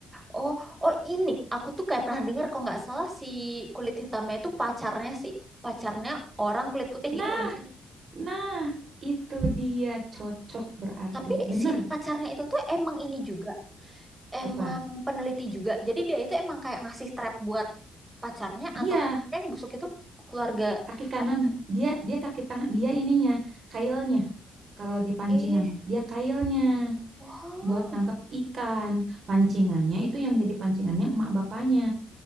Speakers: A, on the right; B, on the right.
A: oh, oh ini aku tuh kayak pernah dengar kalau nggak salah si kulit hitamnya itu pacarnya si pacarnya orang kulit putih gitu
B: nah
A: bukan sih?
B: nah itu dia cocok berarti
A: Tapi
B: bener
A: si pacarnya itu tuh emang ini juga, emang
B: apa
A: peneliti juga. Jadi dia itu emang kayak ngasih trap buat pacarnya
B: iya
A: atau sebenarnya yang busuk itu keluarga
B: kaki kanan
A: pacarnya.
B: dia dia kaki tangan dia ininya kailnya kalau di pancingan
A: Eh,
B: dia kailnya
A: wow.
B: buat nangkap ikan pancingannya itu yang jadi pancingannya emak bapaknya